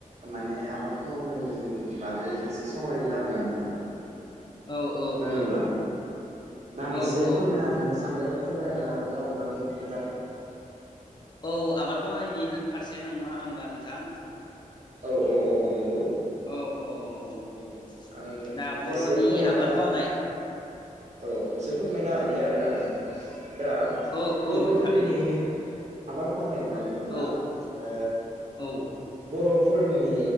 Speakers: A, on the right (about 55°); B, on the left (about 30°).
A: माने आबाद मावनायनि बागै एसे सावरायगोन आरोना नोंथां।
B: औ औ
A: खोनादोंब्ला
B: औ
A: दा आं
B: औ
A: एसे
B: औ
A: फोरमायना होनो सानदों। फोरमायना होनो हागोन ना अननानै नोंथां?
B: औ आबाद मावनायनि नो‌ फारसे नङा होमबा नोंथां?
A: औ औ औ नंगौ।
B: औ औ औ
A: आं
B: दा बर'नि
A: एसे फोरमायना
B: आबाद मावनाय
A: औ एसे फोरमायना होनि आरोना आं नोंथां। दा
B: औ
A: बर'फोरनि
B: औ थारैनो
A: आबाद मावनाय होनना बुङोब्ला।
B: औ
A: ओ
B: औ
A: बर' फोरनि